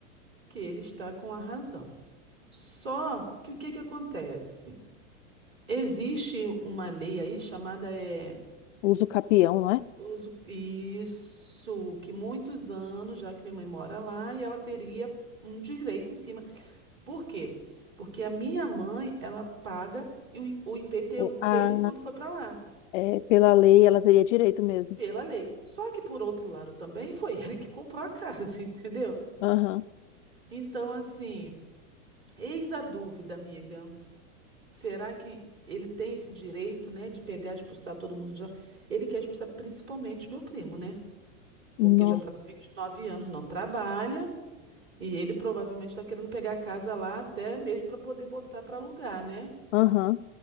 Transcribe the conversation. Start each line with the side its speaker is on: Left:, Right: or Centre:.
Right: Que ele está com a razão. Só que o que que acontece? Existe uma lei aí chamada é
Left: o capião, não é?
Right: uso- isso que muitos anos já que minha mãe mora lá e ela teria um direito em cima. Por quê? Porque a minha mãe, ela paga o I- o IPTU
Left: O- Ah,
Right: desde quando foi para lá,
Left: é, pela lei ela teria direito mesmo.
Right: pela lei. Só que, por outro lado, também foi <laughs> ele que comprou a casa, <laughs> entendeu?
Left: Aham.
Right: Então, assim, eis a dúvida, amiga. Será que ele tem esse direito, né, de pegar e expulsar todo mundo de lá? Ele quer expulsar principalmente meu primo, né? Porque
Left: Nossa.
Right: já tá com 29 anos, não trabalha, e ele provavelmente tá querendo pegar a casa lá até mesmo para poder botar para alugar, né?
Left: Aham.